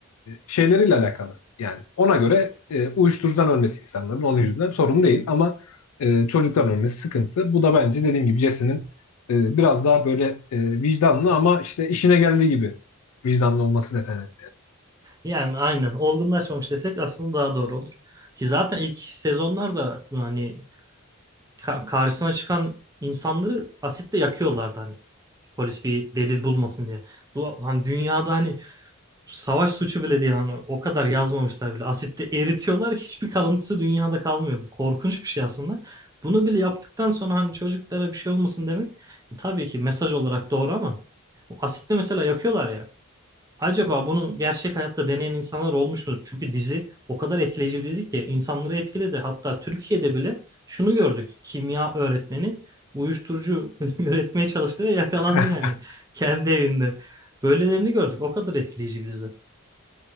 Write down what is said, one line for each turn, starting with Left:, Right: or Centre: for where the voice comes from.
Left: şeyleriyle alakalı. Yani ona göre e, uyuşturucudan ölmesi insanların onun yüzünden sorun değil ama e, çocuktan ölmesi sıkıntı. Bu da bence dediğim gibi Jesse'nin e, biraz daha böyle e, vicdanlı ama işte işine geldiği gibi vicdanlı olması nedeni.
Right: Yani aynen olgunlaşmamış desek aslında daha doğru olur. Ki zaten ilk sezonlarda hani ka- karşısına çıkan insanları asitle yakıyorlardı hani polis bir delil bulmasın diye. Bu hani dünyada hani Savaş suçu bile değil hani o kadar yazmamışlar bile. Asitte eritiyorlar hiçbir kalıntısı dünyada kalmıyor. Bu korkunç bir şey aslında. Bunu bile yaptıktan sonra hani çocuklara bir şey olmasın demek e, tabii ki mesaj olarak doğru ama o asitte mesela yakıyorlar ya. Acaba bunu gerçek hayatta deneyen insanlar olmuş mu? Çünkü dizi o kadar etkileyici bir dizi ki insanları etkiledi. Hatta Türkiye'de bile şunu gördük. Kimya öğretmeni uyuşturucu <laughs> üretmeye çalıştı ve yakalandı
Left: <laughs>
Right: yani kendi evinde. Böylelerini gördük. O kadar etkileyici bir dizi.